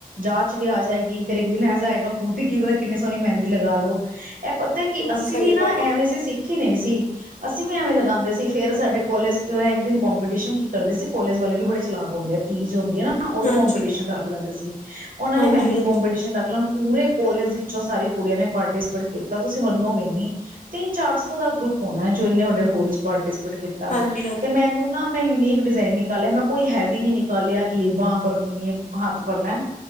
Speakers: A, on the right; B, on the left.
A: ਜਾਚ ਵੀ ਆ ਜਾਏਗੀ। ਫੇਰ ਇੱਕ ਦਿਨ ਐਸਾ ਆਏਗਾ, ਖੁਦ ਦੀ ਕੀ ਪਤਾ ਕਿੰਨੀ ਸੋਹਣੀ ਮਹਿੰਦੀ ਲਗਾ ਲੋੋ। ਇਹ ਪਤਾ ਕਿ
B: ਹਾਂ
A: ਅਸੀਂ
B: ਸਹੀ
A: ਵੀ ਨਾਂ
B: ਗੱਲ ਹੈ
A: ਐਵੇਂ ਸੀ ਸਿੱਖੀ ਨਹੀਂ ਸੀ ਅਸੀਂ ਵੀ ਐਵੇਂ ਲਗਾਂਦੇ ਸੀ, ਫੇਰ ਸਾਡੇ ਕੋਲੇਜ ਇੱਕ ਦਿਨ ਕਪੀਟੀਸ਼ਨ ਕੀ ਕਰਦੇ ਸੀ, ਕੋਲੇਜ ਵਾਲੇ ਵੀ ਬੜੇ ਚਲਾਕ ਹੁੰਦੇ ਤੀਜ਼ ਹੁੰਦੀ ਐ ਨਾਂ ਉਦੋਂ
B: ਹਾਂਜੀ
A: ਕੋਂਪੀਟੀਸ਼ਨ ਰੱਖ ਲੈਂਦੇ ਸੀ। ਉਹਨਾਂ
B: ਹਾਂਜੀ
A: ਨੇਂ ਮਹਿੰਦੀ
B: ਹਾਂਜੀ
A: ਕੋਂਪੀਟੀਸ਼ਨ ਰੱਖ ਲੈਣ ਪੂਰੇ ਕੋਲੇਜ ਵਿੱਚੋਂ ਸਾਰੀ ਕੁੜੀਆਂ ਨੇਂ ਪਾਰਟੀਸਪੇਟ ਕੀਤਾ। ਤੁਸੀਂ ਮੰਨੋਗੇ ਨੀਂ ਤਿੰਨ-ਚਾਰ ਸੌ ਦਾ ਗਰੁੱਪ ਹੋਣਾ ਐ, ਜੋ ਇੰਨੇ ਵੱਡੇ ਹੋਲ ਇੱਚ ਪਾਰਟੀਸਪੇਟ
B: ਹਾਂਜੀ ਹਾਂਜੀ
A: ਤੇ ਮੈਨੂੰ ਨਾਂ, ਮੈਂ ਯੂਨੀਕ ਡਿਜ਼ਾਇਨ ਨਿਕਾਲਿਆ। ਮੈਂ ਕੋਈ ਹੈਵੀ ਨੀਂ ਨਿਕਾਲਿਆ ਕਿ ਬਾਂ ਭਰਨੀ ਏ, ਹੱਥ ਭਰਣਾ।